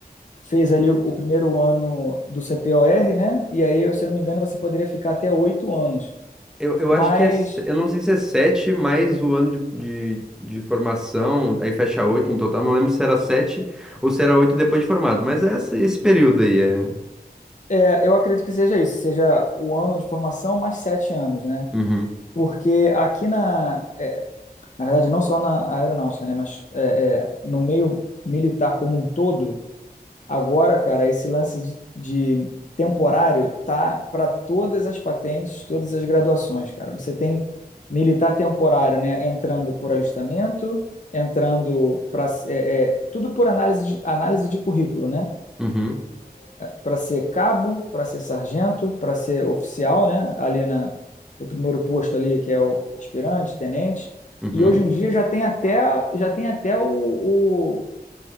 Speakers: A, on the left; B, in the centre.
A: fez ali o primeiro ano do CPOR, né? E aí, se eu não me engano, você poderia ficar até oito anos.
B: Eu, eu
A: Mas
B: acho que é. se- Eu não sei se é sete mais o ano de, de, de formação, aí fecha oito no total. Não lembro se era sete ou se era oito depois de formado, mas é esse, esse período aí. É...
A: É, eu acredito que seja isso, seja o ano de formação mais sete anos, né?
B: Uhum,
A: Porque aqui na, é, na verdade, não só na aeronáutica, né? Mas é, é, no meio militar como um todo, agora, cara, esse lance de, de temporário tá para todas as patentes, todas as graduações, cara. Você tem militar temporário, né? Entrando por alistamento, entrando para tudo por análise de, análise de currículo, né?
B: uhum,
A: para ser cabo, para ser sargento, para ser oficial, né? Ali na o primeiro posto ali que é o aspirante, tenente.
B: uhum.
A: E hoje em dia já tem até já tem até o, o,